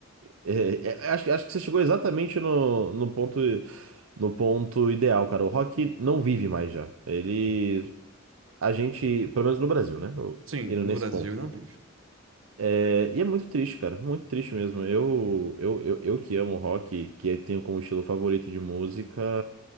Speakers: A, on the right; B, on the right.
A: é, é, é, acho, acho que você chegou exatamente no, no ponto, no ponto ideal, cara. O rock não vive mais já. Ele. A gente, pelo menos no Brasil, né? O-
B: Sim,
A: Indo
B: no
A: nesse
B: Brasil
A: ponto.
B: não vive.
A: É, e é muito triste, cara. Muito triste mesmo. Eu, eu, eu, eu que amo rock, que é, tenho como estilo favorito de música,